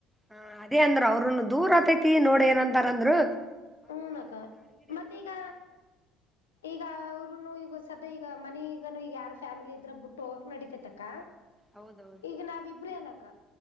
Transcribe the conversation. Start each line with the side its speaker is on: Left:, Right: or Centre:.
Centre: ಹ ಅದೇ ಅಂದ್ರರು ಅವ್ರನ್ನ ದೂರ ಆತೈತಿ ನೋಡ್ ಏನಂತಾರಂದ್ರರು
Left: ಹಊನಕ್ಕ ಮತ್ತ ಈಗ ಈಗ ಈಗ ಸದಾ ಈಗ ಮನ ಈಗನು ಈಗ ಯಾರ ಫ್ಯಾಮಿಲಿ ಇದ್ರ ಬಿಟ್ಟು ಹೋಗಕ್ ನಡಿತತತೆತಕ್ಕ
Centre: ಹೌದೌದು
Left: ಈಗ ನಾವಿಬ್ರೇ ಅಲಕ್ಕ